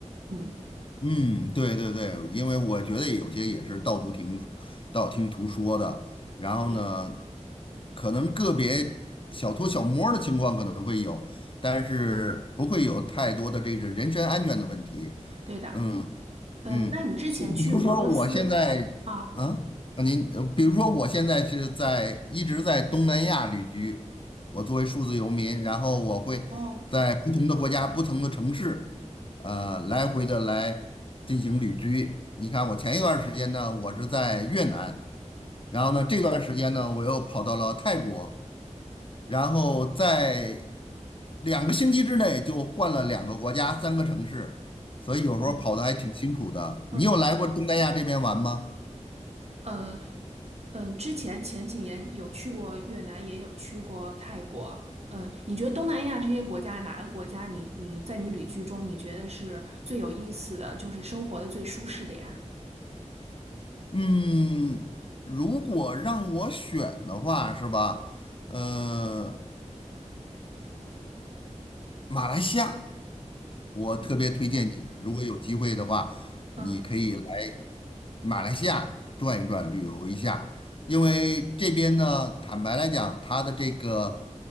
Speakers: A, on the right; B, on the left.
A: 嗯，
B: 嗯，对对对，因为我觉得有些也是道途听道听途说的，然后呢，
A: 对，
B: 可能个别小偷小摸儿的情况可能会有，但是不会有太多的这个人身安全的问题。
A: 对的。
B: 嗯，
A: 嗯，
B: 嗯，
A: 那你之前去俄罗斯啊？
B: 是比如说我现在，啊，啊您，呃比如说我现在是在一直在东南亚旅居，我作为数字游民，然后我会在不同的国家、
A: 哦。
B: 不同的城市，呃，来回的来进行旅居。你看，我前一段时间呢，我是在越南，然后呢，这段时间呢，我又跑到了泰国，然后在两个星期之内就换了两个国家、三个城市，所以有时候跑的还挺辛苦的。
A: 哇，嗯
B: 你有来过东南亚这边玩吗？
A: 呃嗯，之前前几年有去过越南，也有去过泰国。嗯，你觉得东南亚这些国家，哪个国家你你在你旅居中，你觉得是最有意思的，就是生活的最舒适的呀？
B: 嗯，如果让我选的话，是吧？呃，马来西亚，我特别推荐你，
A: 嗯，这样
B: 如果有机会的话，
A: 嗯，
B: 你可以来马来西亚转一转，旅游一下。因为这边呢，坦白来讲，它的这个